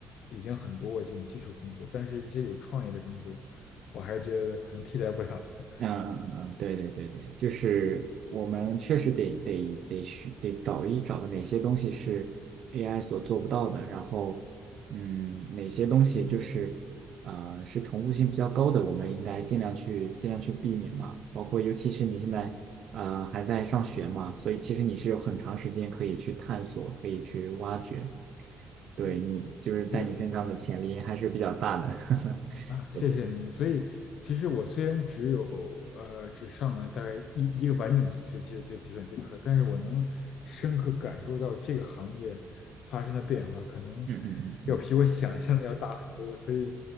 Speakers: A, on the left; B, on the right.
A: 已经很多这种技术工作，但是一些有创意的工作，我还是觉得可能替代不了的。
B: 嗯嗯嗯，对对对对，就是我们确实得得得需得找一找哪些东西是 AI 所做不到的，然后嗯，哪些东西就是呃是重复性比较高的，我们应该尽量去尽量去避免嘛。包括尤其是你现在呃还在上学嘛，所以其实你是有很长时间可以去探索，可以去挖掘，对你就是在你身上的潜力还是比较大的。
A: 嗯，是的。
B: <laughs>
A: 啊，谢谢您。
B: 对对，
A: 所以，其实我虽然只有呃只上了大概一一个完整学期的这个计算机课，但是我能深刻感受到这个行业发生的变化，可能
B: 嗯嗯嗯嗯
A: 要比我想象的要大很多。所以，